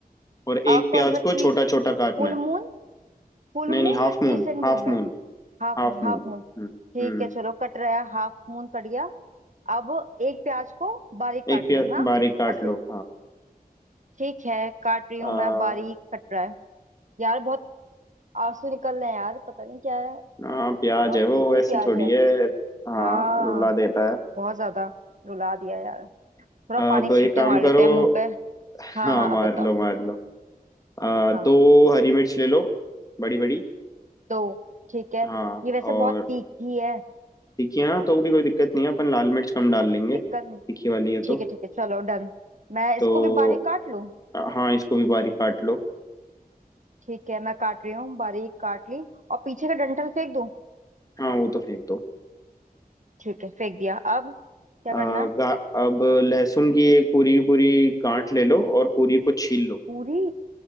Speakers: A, on the left; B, on the right.
A: और
B: अब
A: एक प्याज
B: कौन सा crease
A: को छोटा छोटा काटना
B: Full
A: है
B: moon Full
A: नहीं
B: moon
A: नहीं half
B: या
A: moon
B: क्रीसेंट
A: half
B: मून में
A: moon
B: Half
A: Half
B: moon
A: moon
B: half moon
A: हम्म
B: ठीक
A: हम्म
B: है चलो कट रहा है हाफ मून कट गया अब एक प्याज को बारीक काट
A: एक प्याज
B: लूं हाँ
A: बारीक काट
B: ऐसे
A: लो
B: ठीक है काट रही हूँ
A: हाँ
B: मैं बारीक कट रहा है यार बहुत आंसू निकल रहे हैं यार पता नहीं क्या है
A: हाँ प्याज
B: बहुत
A: है वो
B: तीखी
A: ऐसी
B: प्याज
A: थोड़ी
B: है
A: है हाँ
B: हाँ
A: रुला देता है
B: बहुत ज्यादा रुला दिया यार थोड़ा
A: अब
B: पानी के छींटे
A: ये काम
B: मार लेते
A: करो
B: हैं मुंह पे
A: हाँ
B: हाँ हाँ
A: मार
B: अब बताओ
A: लो मार लो आ,
B: हाँ
A: दो हरी मिर्च ले लो बड़ी बड़ी
B: दो ठीक है
A: हाँ
B: ये वैसे
A: और
B: बहुत तीखी है
A: तीखी है ना तो भी कोई दिक्कत नहीं है अपन लाल मिर्च कम डाल लेंगे
B: दिक्कत नहीं
A: तीखी वाली है
B: ठीक
A: तो
B: है ठीक है चलो डन मैं
A: तो
B: इसको भी बारीक काट लूं
A: हाँ इसको भी बारीक काट लो
B: ठीक है मैं काट रही हूँ बारीक काट ली और पीछे का डंठल फेंक दूँ
A: हाँ वो तो फेंक दो
B: ठीक है फेंक दिया अब क्या
A: आ,
B: करना है
A: गा, अब लहसुन की एक पूरी पूरी गांठ ले लो और पूरी को छील लो
B: पूरी